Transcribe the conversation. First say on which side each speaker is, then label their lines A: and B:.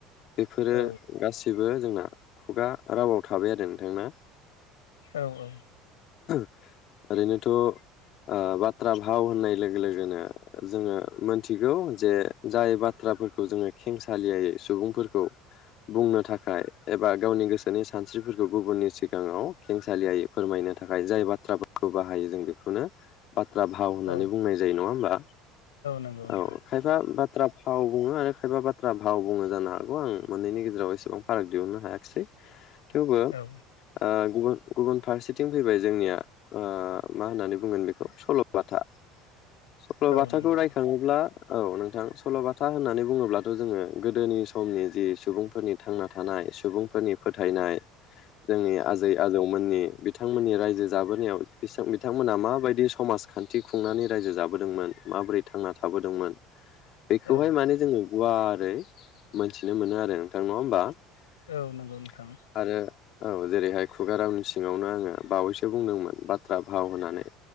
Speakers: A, on the left (about 50°); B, on the left (about 75°).
A: बेफोरो
B: औ
A: गासिबो जोंना खुगा रावाव थाबाय आरो नोंथां ना?
B: औ औ।
A: ओरैनोथ' ओ बाथ्रा भाव होननाय लोगो लोगोनो जोङो मोनथिगौ जे जाय बाथ्राफोरखौ जोङो खेंसालियायै सुबुंफोरखौ बुंनो थाखाय एबा गावनि गोसोनि स सानस्रिफोरखौ गुबुननि सिगाङाव खेंसालियै फोरमायनो थाखाय जाय बाथ्राफोरखौ बाहायो जों बेखौनो बाथ्रा भाव होननानै
B: औ
A: बुंनाय जायो नङा होमबा
B: नंगौ
A: औ
B: नोंथां
A: खायफा बाथ्रा फाव बुङो आरो खायफा बाथ थ्रा भाव बुङो जानो हागौ आं मोननैनि गेजेराव एसेबां फाराग दिहुननो हायाखिसै। थेवबो
B: औ
A: ओ <unintelligible> गुबुन फारसेथिं फैबाय जोंनिया ओ मा होननानै बुंगोन बेखौ सल'बाथा। सल'बाथाखौ
B: औ नंगौ
A: रायखाङोब्ला औ नोंथां सल'बाथा होननानै बुङोब्लाथ' जोङो गोदोनि समनि जि सुबुंफोरनि थांना थानाय सुबुं फोरनि फोथायनाय जोंनि आजै आजौमोननि बिथांमोननि रायजो जाबोनायाव इसां बिथांमोना माबायदि स समाजखान्थि खुंनानै रायजो जाबोदोंमोन माबोरै थांना थाबोदोंमोन। बेखौहाय
B: औ
A: माने जोंङो गुवारै मोनथिनो मोनो आरो नोंथां नङा होमबा। आरो
B: औ नंगौ नोंथां
A: औ जेरैहाय। खुगा रावनि सिंङावनो आङो बावैसो बुंदोंमोन बाथ्रा भाव होननानै